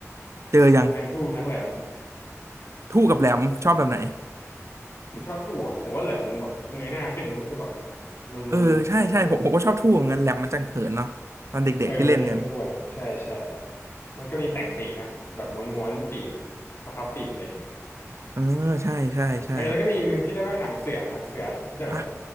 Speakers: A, on the right; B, on the left.
A: เจอยัง
B: ทางทู่ทั้งแหลม
A: ทู่กับแหลมชอบแบบไหน
B: ผมผมชอบทู่อะผมว่าแหลมมันแบบเงยหน้าขึ้นแล้วมันก็แบบมันมันมันมัน
A: เออใช่ใช่ผมผมก็ชอบทู่เหมือนกันแหลมมันจังเหินเนาะตอนเด็กๆที่เล่นกัน
B: เออมันจะเหินขึ้นข้างบนใช่ใช่แล้วก็มีแต่งปีกนะแบบม้วนม้วนปีกพับพับปีกอะไรเงี้ย
A: เออใช่ใช่ใช่
B: เออแล้วก็มีอีกหนึ่งที่เรียกว่าหางเสือหางเสือรู้จักไหม
A: ฮะ